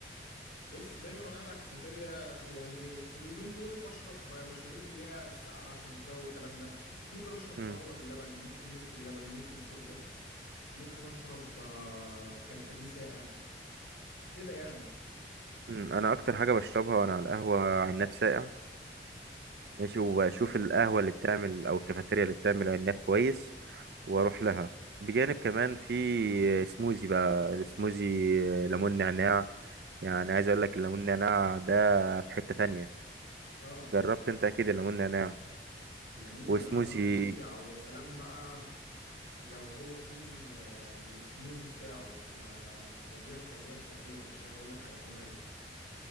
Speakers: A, on the left (about 80°); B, on the right (about 65°).
A: بص دايما وانا قاعد على الكافيتيريا يعني في اليومين دول بشرب مشاريب اللي هي الساقعه عشان الجو والكلام ده ممكن اشرب فراوله
B: امم
A: باللبن ممكن موز باللبن ممكن صوبيا ممكن اشرب آه، كركديه ساقع كده يعني
B: أمم، انا اكتر حاجه بشربها وانا على القهوه عناب ساقع ماشي واشوف القهوة اللي بتعمل او الكافيتيريا اللي بتعمل عناب كويس واروح لها بجانب كمان في سموزي بقى السموزي ليمون نعناع يعني عايز اقول لك الليمون نعناع ده في حتة تانية
A: اه
B: جربت انت اكيد الليمون نعناع
A: الليمون نعناع
B: وسموزي
A: ده فظيع ويا سلام بقى لو هو في ال- السموزي بتاعه يا فظيع فظيع فظيع مش عايز اقول لك على جماله